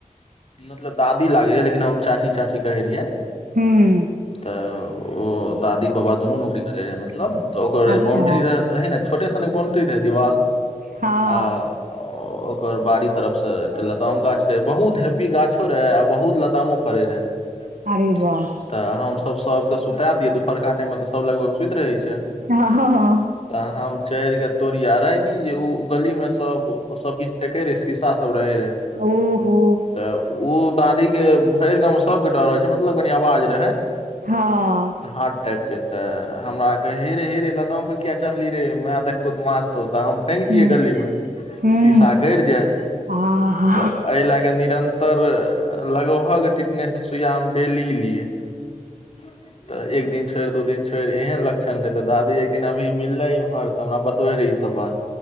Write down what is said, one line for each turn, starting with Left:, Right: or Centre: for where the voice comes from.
Left: मतलब दादी लागे है लेकिन हम चाची-चाची कहे रहेरियै।
Right: हूँ
Left: तओ दादी-बाबा दुनू नौकरी करे रहै मतलब त ओकर जे
Right: अच्छा
Left: बाउण्ड्री र रहै न छोटे सनक बाउण्ड्री रहै दीवाल
Right: हँ
Left: <inaudible> आं अ-अ ओकर बाड़ी तरफ सं एकटा लताम गाछ रहै बहुत हे वी गाछो रहै आ बहुत लतामो फडै रहै।
Right: अरे
Left: <inaudible>
Right: वाह
Left: त हमसब सबके सुता दिअइ, दुपहरका टाइममे त सब लगभग सुति रहै छै।
Right: हं-हं-हं।
Left: त हम चढ़िके तोरिअइ आ रहै कि जे उ गलीमें सब, सब किछ फेकै रहै शीशा सब रहै रहै।
Right: ओहो
Left: त उ दादीके भरि गाँवमें सबके डर होइ छै मतलब कनी अवाज रहै।
Right: हँ
Left: <inaudible> हार्ड टाइपके त हमरा कहै हेरे-हेरे लताम पर किए चढ़लही रे, मै देखतौ त मारतौ त हम फांगि
Right: हूँ
Left: जैऐ गलीमे।
Right: हूँ
Left: शीशा गडि जाइ
Right: आहा
Left: त अइ ला क निरं तर लगभग टिटनेस के सुइया हम डेली लियै। <inaudible> त एक दिन छोड़ि, दू दिन छोरि एहन लक्षण रहै त दादी एक दिना अभी मिललै इम्हर त हमरा बतबै रहै ई सब बात